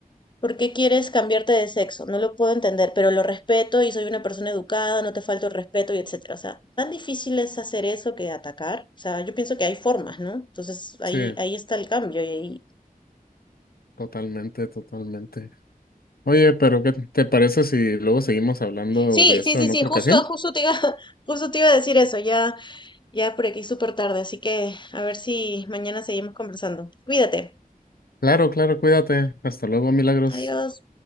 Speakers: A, on the left; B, on the left.
A: ¿Por qué quieres cambiarte de sexo? No lo puedo entender, pero lo respeto y soy una persona educada, no te falto el respeto y etcétera. O sea, tan difícil es hacer eso que atacar. O sea, yo pienso que hay formas, ¿no? Entonces ahí,
B: Sí,
A: ahí está el cambio y ahí,
B: totalmente, totalmente. Oye, pero ¿qué te parece si luego seguimos hablando
A: Sí,
B: de esto
A: sí, sí,
B: en
A: sí,
B: otra
A: justo,
B: ocasión?
A: justo te iba, <laughs> justo te iba a decir eso, ya, ya por aquí súper tarde, así que a ver si mañana seguimos conversando. Cuídate.
B: Claro, claro, cuídate. Hasta luego, Milagros.
A: Adiós.